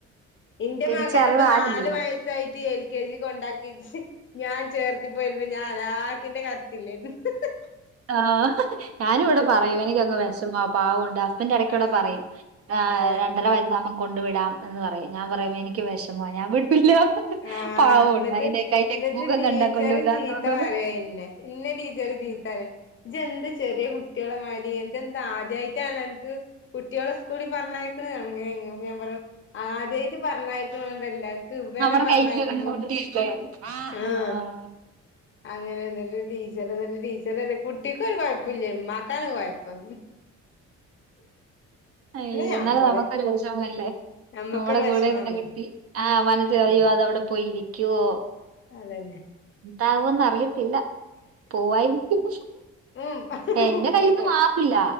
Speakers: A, on the left; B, on the right.
A: എന്റെ
B: തിരിച്ചറിവായില്ലല്ലോ
A: മകൻ ഇപ്പ നാലു വയസ്സായിട്ട് എൽ കെ ജി കൊണ്ടാക്കി ഞ ഞാൻ ചേർത്തി പോയിരുന്നു ഞാൻ അലാക്കിന്റെ കരച്ചിലാരുന്ന് ഹ്ഹ
B: ആഹ് ഞാനും ഇവിടെ പറയൂ എനിക്കങ്ങ് വിഷമാ പാവുണ്ട് ഹസ്ബന്റ് ഇടയ്ക്കോടെ
A: ആഹ്
B: പറയും
A: അതെ
B: രണ്ടര വയസ്സാവകുമ്പം കൊണ്ടു വിടാം എന്ന് പറയും ഞാൻ പറയും എനിക്ക്
A: ആ
B: വിഷമ ഞാൻ വി ല്ല
A: ആഹ്
B: പാവമുണ്ട്
A: എന്നിട്ട്
B: അയിന്റെ അയിന്റെയൊക്കെ
A: എന്നിട്ട്
B: മുഖം
A: ടീച്ചറ്
B: കണ്ട കൊണ്ട് വിടാന്ന്
A: ചീത്ത
B: തോന്നുമോന്ന്
A: പറയാ ടീച്ചറ് ചീത്ത പറയും ഇയ്യ് എന്താ ചെറിയ കുട്ടികളെ മാതിരി നിനക്കെന്ത ആദ്യമായിട്ടാണ് അനക്ക് കുട്ടികളെ സ്കൂളിൽ പറഞ്ഞയക്ക അങ്ങനെ ഞാൻ പറയും ആദ്യമായിട്ട് പറഞ്ഞയക്കണ കൊണ്ടല്ലേ എന്ക്ക് ഇവനെ
B: നമ്മുടെ
A: പറഞ്ഞയക്കുമ്പേത്തേന്
B: കയ്യിലിരുന്ന കുട്ടിയല്ലേ ആഹ്
A: ആ അങ്ങനെൊന്നല്ല ടീച്ചർ എന്നിട്ട് ടീച്ചർ പറയ കുട്ടിക്ക് ഒരു കുഴപ്പില്ല ഉമമാക്കാണ് കുഴപ്പന്ന്
B: അയ്യോ
A: ഞമ്മള്
B: എന്നാലേ നമുക്കൊരു വിഷമമല്ലേ
A: ഞമ്മക്കൊരു
B: നമ്മടെ
A: വെഷമാണേ
B: കൂടെയുള്ള കുട്ടി ആ മനസ്
A: അതന്നെ
B: പറയാ അതവിടെ പോയി ഇരിക്കുവോ
A: അതന്നെ
B: എന്താവോന്ന് അറിയത്തില്ല പോവായിരിക്കും
A: ഉം
B: എന്റെ കയ്ൽന്ന്
A: പൊ
B: മാപ്പില്ല